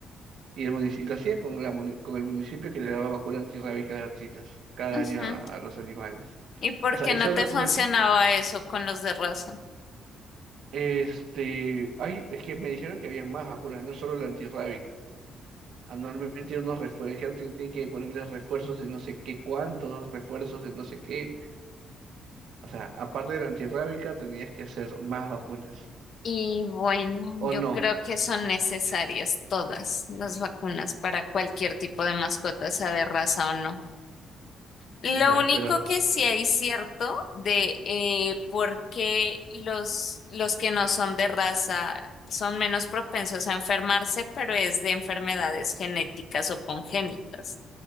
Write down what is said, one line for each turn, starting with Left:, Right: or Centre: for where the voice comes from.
Right: Y el municipio, lo hacía con, la, muni- con el municipio que le daba vacuna antirrábica gratuitas cada
Left: Ujú.
Right: año a, a los animales.
Left: ¿Y por
Right: O sea,
Left: qué
Right: y
Left: no
Right: solo
Left: te funcionaba
Right: con eso,
Left: eso con los de raza?
Right: este, hay, es que me dijeron que habían más vacunas, no solo la antirrábica. Anualmente unos refuerzos, tiene que ponerles refuerzos de no sé qué cuántos, refuerzos de no sé qué. O sea, aparte de la antirrábica, tenías que hacer más vacunas.
Left: Y bueno,
Right: O
Left: yo
Right: no,
Left: creo que son necesarias todas las vacunas para cualquier tipo de mascota, sea de raza o no. Lo
Right: ya,
Left: único
Right: pero.
Left: que sí hay cierto de eh, por qué los, los que no son de raza son menos propensos a enfermarse, pero es de enfermedades genéticas o congénitas,